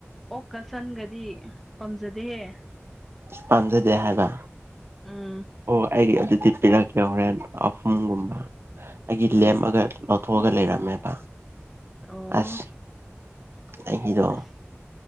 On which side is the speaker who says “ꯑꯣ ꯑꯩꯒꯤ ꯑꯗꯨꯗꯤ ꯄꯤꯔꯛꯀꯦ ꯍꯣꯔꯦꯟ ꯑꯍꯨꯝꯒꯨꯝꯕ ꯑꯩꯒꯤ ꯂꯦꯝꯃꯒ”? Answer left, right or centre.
Right